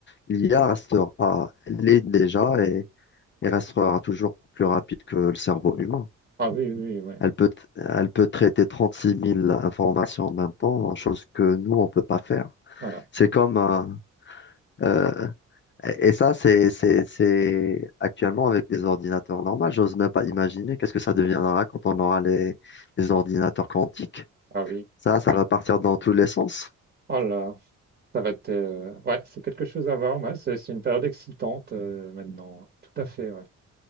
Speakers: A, on the left; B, on the right.
A: l'IA restera, l'est déjà il restera toujours plus rapide que le cerveau humain.
B: Ah oui, oui, oui, ouais.
A: Elle peut, elle peut traiter 36 000 informations en même temps, chose que nous, on ne peut pas faire.
B: voilà.
A: C'est comme... euh, euh, et et ça, c'est, c'est, c'est actuellement avec des ordinateurs normaux. J'ose même pas imaginer qu'est-ce que ça deviendra quand on aura les, les ordinateurs quantiques.
B: Ah oui,
A: Ça, ça
B: ouais.
A: va partir dans tous les sens.
B: Oh là, ça va être... euh, Ouais, c'est quelque chose à voir, ouais, c'est c'est une période excitante euh, maintenant, hein. tout à fait, ouais.